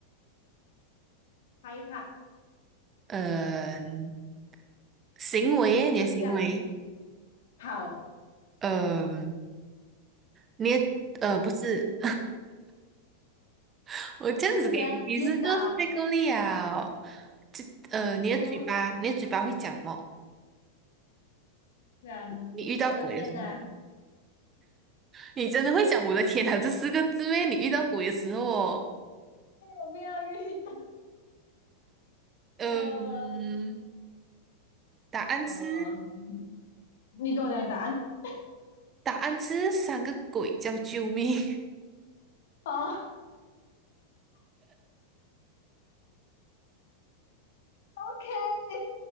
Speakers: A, on the left; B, on the right.
A: 害怕、
B: 嗯、行为耶你的行为，
A: 会想、跑，
B: 嗯、你的呃不是，<laughs> 我这样子给你你是就太够力啊！
A: 就这样晕倒，
B: 就呃，你的嘴巴，
A: 嗯，
B: 你的嘴巴会讲么？
A: 这样，
B: 你遇到鬼的时候，
A: 我的天呐，哎，
B: 你真的会讲我的天哪，这四个字咩？你遇到鬼的时候哦，
A: 我不要晕倒，
B: 嗯、
A: 呃
B: 答案是
A: 呃你给我讲答案，<laughs>
B: 答案是三个鬼叫救命。
A: 哦，OK，